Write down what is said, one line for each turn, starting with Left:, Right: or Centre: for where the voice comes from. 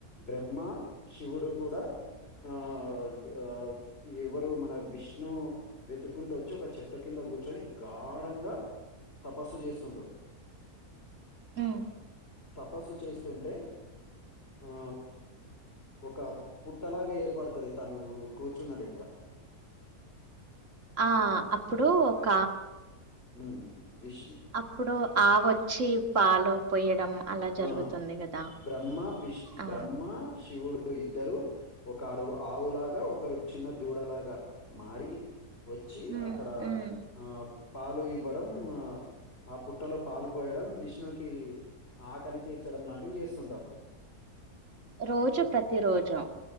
Left: బ్రహ్మ. శివుడు కూడా ఆ ఆ. ఎవరు మన విష్ణు వెతుక్కుంటూ వచ్చి ఒక చెట్టు కింద కూర్చొని గాడంగా తపస్సు చేస్తుంటడు
Right: హ్మ్
Left: తపస్సు చేస్తుంటే
Right: ఆ.
Left: ఆ ఒక పుట్టలాగ ఏర్పడుతాది తను కూర్చున్న దగ్గర
Right: ఆ అప్పుడు ఒక
Left: హ్మ్ విష్ణు
Right: అప్పుడు ఆవు వచ్చి పాలు పోయ్యడం అలా జరుగుతుంది
Left: ఆ
Right: కదా
Left: బ్రహ్మ విష్
Right: ఆ
Left: బ్రహ్మ శివుడు ఇద్దరు ఒకరు ఆవులాగా ఒకరు చిన్న దూడలాగా మారి వచ్చి
Right: ఉమ్
Left: అక్కడ
Right: ఉమ్
Left: ఆ పాలు ఇవ్వడం ఆ పుట్టలో పాలు పోయడం విష్ణుకి ఆకలి తీర్చడం లాంటివి చేస్తుంటరు
Right: రోజు ప్రతి రోజు